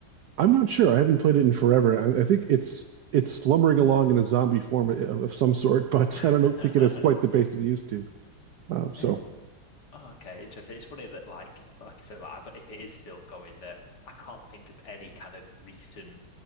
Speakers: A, on the right; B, on the left.
A: I'm not sure. I haven't played it in forever. I, I think it's it's slumbering along in a zombie form of, of some sort, <laughs> but
B: <laughs>
A: I don't know, think it has quite the base it used to. Uh, so
B: It's Oh, okay, interesting. It's funny that, like, like I said, like, I don't, if it is still going, that I can't think of any kind of recent